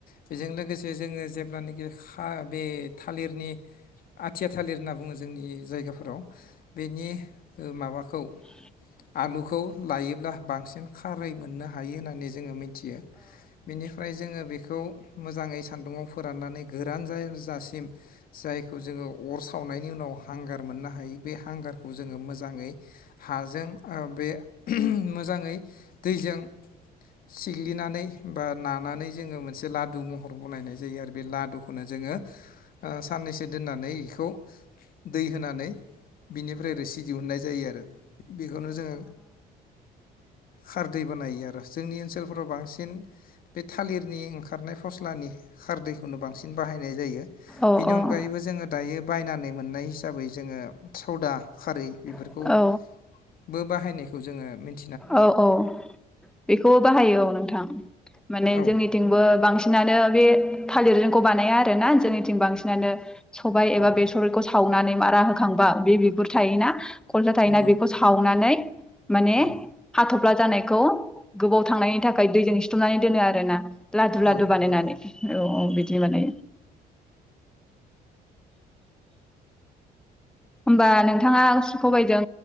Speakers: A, on the left; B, in the centre.
A: बेजों। लोगोसे जोङो जेब्लानाखि खा‌ बे थालिरनि आथिया थालिर होनना बुङो जोंनि जायगाफोराव बेनि ओ माबाखौ
B: <inaudible>
A: आलुखौ लायोब्ला बांसि सिन खारै मोननो हायो होननानै जोङो मिथियो बेनिफ्राय जोङो बेखौ मोजाङै सान्दुंङाव फोराननानै गोरान जा जासिम जायखौ जोङो अर सावनाय‌ नि उनाव हांगोन मोननो हायो बे हांगारखौ जोङो मोजाङै हाजों बे मोजाङै दैजों सिग्लिनानै बा नानानै जोङो मोनसे लादु महर बनायनाय जायो आरो बे लादुखौनो जोङो साननैसो दोननानै इखौ दै होनानै बिनिफ्राय रोसि सि दिहुननाय जायो आरो। बेखौनो जोङो खारदै बानायनायो आरो जोंनि ओनसोलफोराव बांसिन थालिरनि ओंखारनाय फस्लानि खारदैखौनो बांसिन बाहायनाय जायो
B: अ औ
A: बेनि
B: औ
A: अनगायैबो
B: औ
A: जोङो दायो बायनानै मोननाय हिसाबै जोङो। सौवदा खारै बेफोरखौ
B: औ
A: बो बाहायनायखौ जोङो मिथ
B: औ औ बेखौबो बाहायो औ नोंथां। माने
A: औ
B: जोंनिथिंबो बांसिनानो बे थालिरजोंखौ बानाया आरो ना जोंनिथिं बांसिनानो सबाय एबा
A: औ
B: बेसरखौ स सावनानै मारा होखांबा बे बिगुर थायोना खलथा थायोना
A: नंगौ
B: बेखौ सावनानै माने
A: औ
B: हाथफ्ला जानायखौ गोबाव थांनायनि थाखाय दैजों सिथमनानै दोनो आरो ना लादु
A: औ
B: लादु बानायनानै
A: नंगौ
B: औ औ बेदि। बिदि माने। होमबा नोंथाङा सुखबायदों